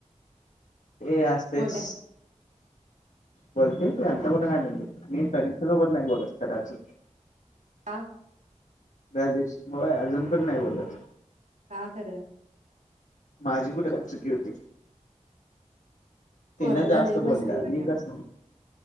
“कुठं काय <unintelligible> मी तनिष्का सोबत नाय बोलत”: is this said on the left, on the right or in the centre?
Left